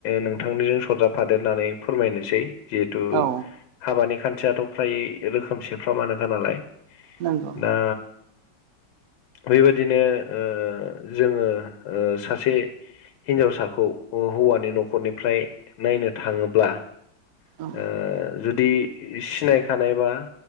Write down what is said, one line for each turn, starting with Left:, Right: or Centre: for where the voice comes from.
Left: नोंथांनिजों सरजाफादेरनानै फोरमायनोसै जिहेथु
Right: औ
Left: हाबानि खान्थियाथ' फ्राय रोखोमसेफ्रामानोखा नालाय
Right: नंगौ
Left: दा बेबायदिनो ओ जोङो ओ सासे हिनजावसाखौ हौ-हौवानि नखरनिफ्राय नायनो थाङोब्ला
Right: औ
Left: ओ जुदि सिनायखानाय बा